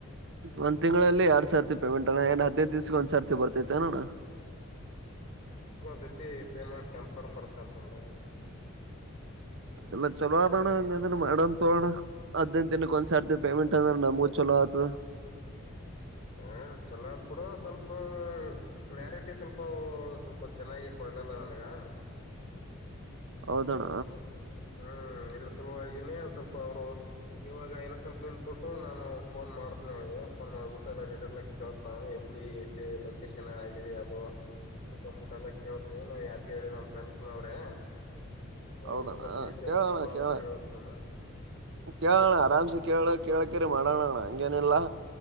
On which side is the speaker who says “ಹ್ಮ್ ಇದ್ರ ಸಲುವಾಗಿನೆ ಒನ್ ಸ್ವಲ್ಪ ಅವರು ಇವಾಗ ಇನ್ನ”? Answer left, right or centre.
Left